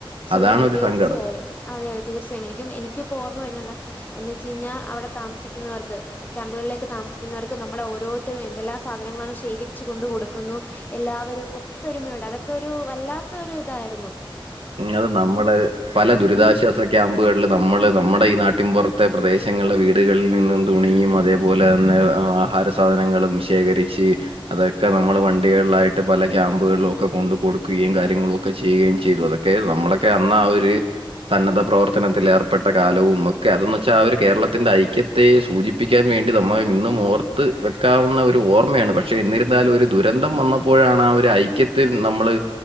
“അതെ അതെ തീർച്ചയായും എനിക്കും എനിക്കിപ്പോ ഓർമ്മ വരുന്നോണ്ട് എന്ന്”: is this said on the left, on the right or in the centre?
Left